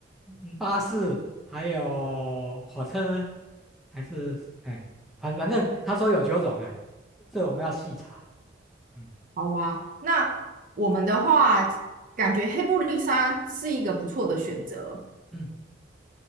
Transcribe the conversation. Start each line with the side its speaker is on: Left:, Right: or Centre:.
Centre: 嗯巴士，还有火车，还是哎，反反正他说有九种啊，这我们要细查。嗯
Right: 好啊。那我们的话，感觉黑布利山是一个不错的选择。
Centre: 嗯。